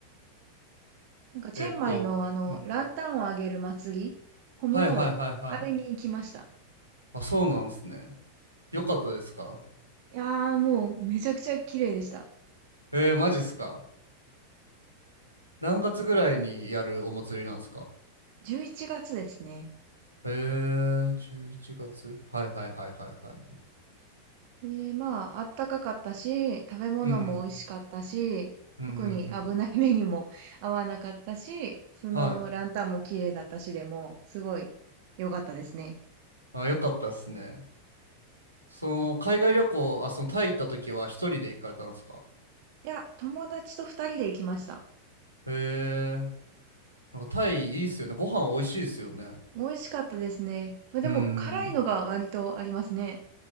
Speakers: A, on the right; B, on the right.
A: なんか、チェンマイの、
B: えっと、
A: あの、
B: うん。
A: ランタンをあげる祭り、コムロイ、
B: はいはいはいはい。
A: あれに行きました。
B: あ、そうなんですね。よかったですか
A: いやー、もう、めちゃくちゃ綺麗でした。
B: えー、マジっすか何月ぐらいにやるお祭りなんですか
A: 11月ですね。
B: えー、11月。はいはいはいはいはい。
A: で、まあ、あったかかったし、食べ物も美味しかったし、
B: うんうんうんうんうん。
A: 特に危ない目にも <laughs> 合わなかったし、そのランタンも綺麗だったしでも、
B: はい。
A: すごい良かったですね。
B: あ、よかったっすね。その、海外旅行、あ、その、タイ行った時は一人で行かれたんですか
A: いや、友達と二人で行きました。
B: へえ。なんかタイいいっすよね。ご飯美味しいっすよね。
A: 美味しかったですね。まあ、でも、
B: うん。
A: 辛いのが割とありますね。